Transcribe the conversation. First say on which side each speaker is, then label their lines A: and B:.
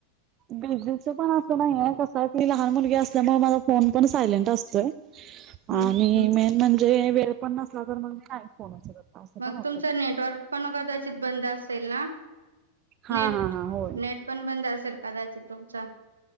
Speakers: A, on the right; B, on the right.
A: बिजीच पण असं नाही आहे कस सली लहान मुलगी असल्या मुळे मला फोन पण सायलेंट असतोय
B: हम्म
A: आणि
B: हम्म
A: मेन म्हण म्हणजे वेळ पण नसला तर मग मी नाही फोन असं
B: मग
A: पण होतंय.
B: तुमचं नेटवर्क पण कदाचित बंद अस सेल ना?
A: हा
B: नेट
A: हा हा होय.
B: नेट पण बंद असेल. कदाचित तुमचं